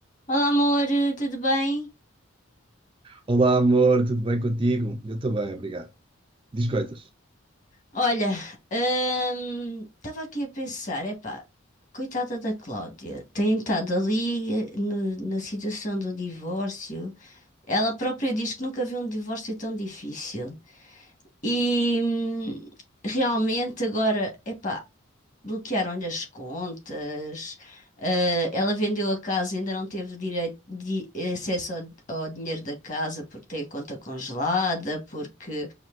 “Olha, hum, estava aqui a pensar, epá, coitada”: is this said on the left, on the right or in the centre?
Left